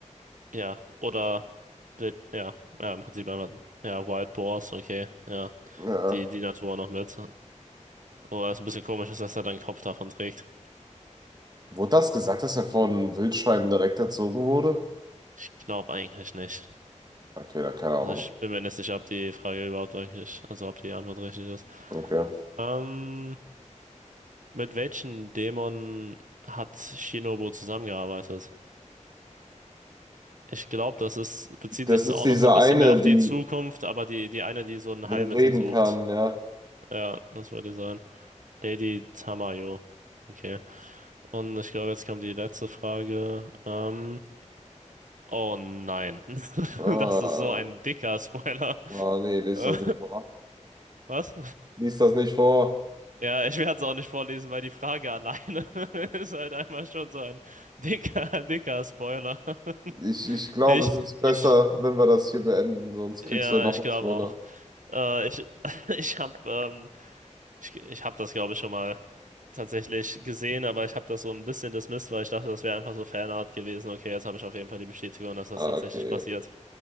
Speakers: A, on the right (about 85°); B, on the right (about 30°).
A: Ja, oder wild, ja, ja, im Prinzip einmal, ja, Wild Boars, okay, ja,
B: Ja.
A: die, die Natur noch mit. Oder ist ein bisschen komisch, ist, dass er dann Kopf davon trägt.
B: Wurde das gesagt, dass er von Wildschweinen direkt erzogen wurde?
A: Ich glaube eigentlich nicht.
B: Okay, dann keine
A: Also
B: Ahnung.
A: ich bin mir nicht sicher, ob die Frage überhaupt wirklich, also ob die Antwort richtig ist.
B: Okay.
A: Ähm, mit welchen Dämonen hat Shinobu zusammengearbeitet? Ich glaube, das ist, bezieht
B: Das
A: sich so
B: ist
A: auch
B: diese
A: noch so ein
B: eine,
A: bisschen mehr auf
B: die
A: die Zukunft, aber die, die eine, die so ein
B: reden
A: Heilmittel sucht.
B: kann, ja.
A: Ja, das würde die sein. Lady Tamayo. Okay. Und ich glaube, jetzt kommt die letzte Frage. Ähm, oh nein. <laughs>
B: Ah,
A: Das ist so ein dicker Spoiler. <laughs>
B: ah, nee, lies
A: Äh,
B: das nicht vor.
A: Was?
B: Lies das nicht vor.
A: Ja, ich werde es auch nicht vorlesen, weil die Frage alleine <laughs> ist halt einmal schon so ein dicker, dicker Spoiler. <laughs>
B: Ich, ich glaube,
A: Ich,
B: es ist
A: ich,
B: besser, wenn wir das hier beenden, sonst
A: ja,
B: kriegst du noch
A: ich
B: einen
A: glaube
B: Spoiler.
A: auch. Äh, ich, <laughs> ich habe ähm, Ich, ich habe das, glaube ich, schon mal tatsächlich gesehen, aber ich habe das so ein bisschen dismissed, weil ich dachte, das wäre einfach so Fanart gewesen. Okay, jetzt habe ich auf jeden Fall die Bestätigung, dass das
B: Ah,
A: tatsächlich
B: okay.
A: passiert.